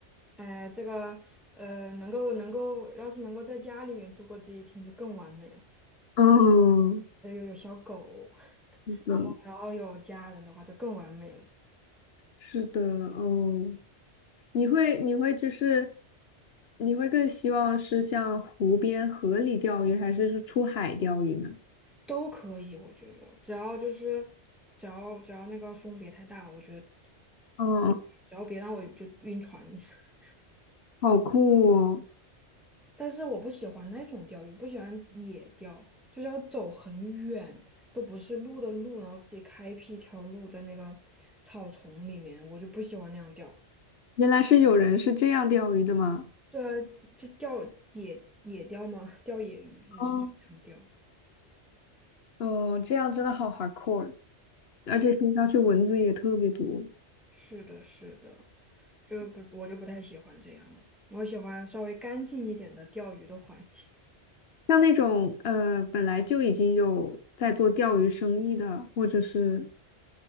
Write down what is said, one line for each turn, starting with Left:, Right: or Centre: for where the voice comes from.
Centre: 哎，这个呃，能够能够，要是能够在家里面度过这一天，就更完美了。
Left: 嗯，
Centre: 有有有小狗，<laughs>
Left: 是的，
Centre: 然后然后有家人的话，就更完美了。
Left: 是的，哦，你会你会就是你会更希望是像湖边河里钓鱼，还是是出海钓鱼呢？
Centre: 都可以，我觉得，只要就是只要只要那个风别太大，我觉得
Left: 嗯，
Centre: 只要别让我就晕船。<laughs>
Left: 好酷哦！
Centre: 但是我不喜欢那种钓鱼，不喜欢野钓，就是要走很远，都不是路的路，然后自己开辟一条路在那个草丛里面，我就不喜欢那样钓。
Left: 原来是有人是这样钓鱼的吗？
Centre: 对啊，就钓野野钓嘛，<laughs> 钓野鱼就是就这样钓。
Left: 哦，哦，这样真的好 hardcore，而且听上去蚊子也特别多。
Centre: 是的，是的，就不我就不太喜欢这样了，我喜欢稍微干净一点的钓鱼的环境。
Left: 像那种呃本来就已经有在做钓鱼生意的，或者是